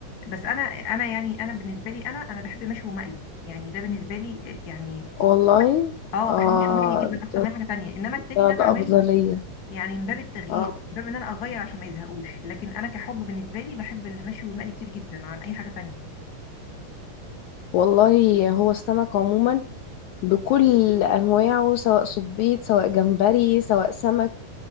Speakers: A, on the left; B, on the left.
A: بس انا انا يعني انا بالنسبه لي انا انا بحب مشوي ومقلي يعني ده بالنسبه لي يعني
B: والله
A: ب- اه
B: اه
A: بحب مشوي ومقلي جدا اكتر
B: ده
A: من أي حاجه تانية انما التاني
B: ده
A: ده
B: الأفضلية
A: بعمله يعني من باب التغيير
B: اه
A: من باب ان انا اغير عشان ما يزهقوش لكن انا كحب بالنسبه لي بحب المشوي والمقلي كتير جدا عن اي حاجه تانية
B: والله هو السمك عموما بكل انواعه سواء صبيط سواء جمبري سواء سمك